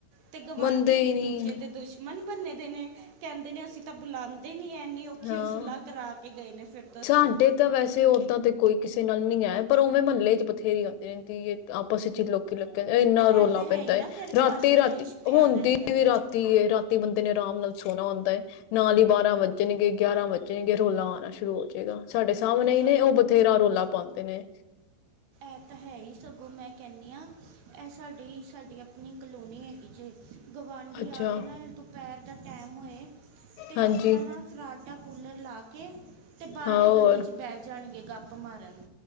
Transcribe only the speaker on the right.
ਤੇ ਗਵਾਂਢੀ
ਇੱਕ
ਦੂਜੇ ਦੇ ਦੁਸ਼ਮਣ ਬੰਨੇ ਦੇ ਕਹਿੰਦੇ ਨੇ ਅਸੀਂ ਤਾਂ ਬੁਲਾਉਂਦੇ ਨੀ ਐਨੀ ਔਖੀ
ਉਹ ਸੁਲਾਹ ਕਰਾ ਕੇ ਗਏ ਨੇ। ਫਿਰ ਦੱਸੋ
ਐ ਤਾਂ ਹੈ
ਹੀ ਨਾ
ਫਿਰ
ਕੱਲ ਕਲੇਸ਼ ਪਿਆ
ਰਹਿੰਦਾ ਹੈ।
ਤੇ
ਇਹ ਤਾਂ ਹੈ ਹੀ ਸਗੋਂ ਮੈਂ ਕਹਿੰਦੀ ਹਾਂ ਇਹ ਸਾਡੀ, ਸਾਡੀ ਆਪਣੀ ਆਪਣੀ ਕਲੋਨੀ ਜੇ ਗਵਾਂਢੀ
ਆ ਕੇ ਨਾ ਦੁਪਹਿਰ ਦਾ ਟਾਈਮ ਹੋਏ ਤੇ
ਆਪਣਾ ਨਾ ਫਰਾਟਾ ਕੂਲਰ ਲਾ ਕੇ ਤੇ ਬਾਹਰ
ਈ
ਗਲੀ 'ਚ ਬਹਿ ਜਾਣਗੇ ਗੱਪ ਮਾਰਨ।